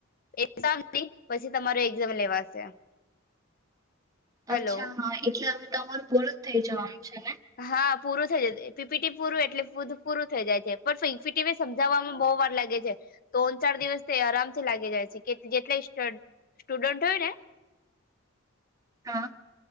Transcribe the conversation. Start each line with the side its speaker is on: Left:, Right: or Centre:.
Left: એામ કરી પછી તમારો એક્ઝામ લેવાશે હેલો
Right: અચ્છા હા એટલે હવે તમારું પુરુ જ થઇ જવાનું છે ને?
Left: હા પૂરું થઈ જ પીપીટી પૂરું એટલે પૂરું થઈ જાય છે પણ પીપીટીને સમજાવવામાં બ વાર લાગે છે, ત્રણ ચાર દિવસ તે આરામથી લાગી જાય છે કે જેટલા સ્ટુડન્ટ હોય ને
Right: હા